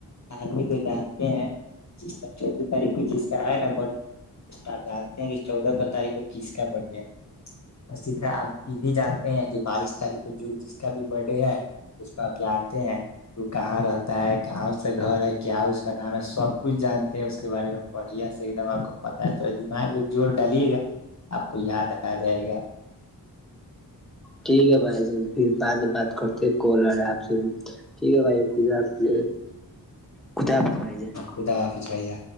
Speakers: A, on the left; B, in the centre.
A: آدمی کو ج جس کا چودہ تاریخ کو جس کا ہے نا ب ڈ اس کا آپ جانتے ہیں کہ چودہ کو تاریخ کو کس کا برتھ ڈے ہے اسی طرح آپ یہ بھی جانتے ہیں کہ بائیس تاریخ کو جو جس کا بھی برت ڈے ہے اس کو آپ جانتے ہیں تو کہاں رہتا ہے کہاں سے گھر ہے کیا اس نام ہے سب کچھ جانتے ہیں اس کے بارے میں بڑھیا سے ایک دم آپ کو پتا ہے تھا دماغ میں زور ڈالے گا آپ کو یاد آ جائے گا
B: ٹھیک ہے بھائی جھر بات ہی بات کرتے کال اور آپ سے ٹھیک ہے بھائی پز آپے خدا آپس بھائیجے
A: خدافظ بھائی جا